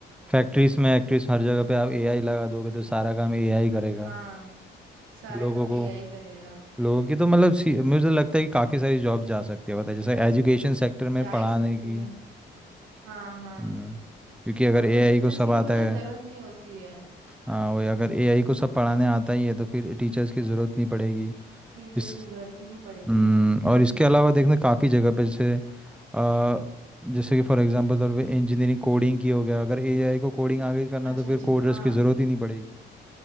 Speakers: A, in the centre; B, on the right.
A: फैक्ट्रीज में एक्ट्रीज हर जगह पे आप एआई लगा दोगे तो सारा काम एआई करेगा
B: हाँ सारा
A: लोगों
B: काम
A: को
B: एआई करेगा
A: लोगों की तो मतलब सी- मुझे तो लगता है कि काफ़ी सारी जॉब जा सकती है पता है जैसे एजुकेशन सेक्टर
B: जा
A: में पढ़ाने
B: ही सकती
A: की
B: है हाँ हाँ
A: हम्म, क्योंकि अगर
B: अब
A: एआई
B: तो टीचर्स
A: को सब
B: की
A: आता
B: भी पता
A: है
B: है जरूरत नहीं होती है
A: हाँ वही अगर एआई को सब पढ़ाने आता ही है तो फिर टीचर्स की ज़रूरत नहीं पड़ेगी
B: टीचर्स
A: इस
B: की जरूरत ही नहीं पड़ेगी
A: हम्म, और इसके अलावा देखना काफ़ी जगह पे जैसे अ, जैसे कि फॉर एग्जांपल तौर पे इंजीनियरिंग कोडिंग की हो गया अगर एआई को कोडिंग आगे करना
B: अच्छा
A: तो फिर
B: अच्छा
A: कोडर्स
B: हाँ
A: की ज़रूरत ही नहीं पड़ेगी